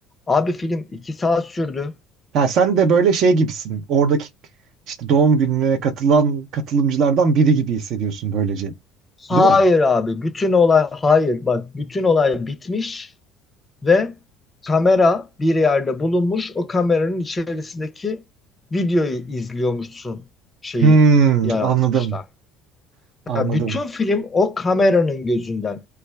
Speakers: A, on the left (about 20°); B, on the right (about 50°).
A: Abi film iki saat sürdü.
B: Ya sen de böyle şey gibisin. Oradaki işte doğum gününe katılan katılımcılardan biri gibi hissediyorsun böylece.
A: Hayır
B: Değil mi?
A: abi bütün olay hayır bak bütün olay bitmiş ve kamera bir yerde bulunmuş. O kameranın içerisindeki videoyu izliyormuşsun şeyi
B: Hmm,
A: yaratmışlar.
B: anladım. Anladım.
A: Ya bütün film o kameranın gözünden.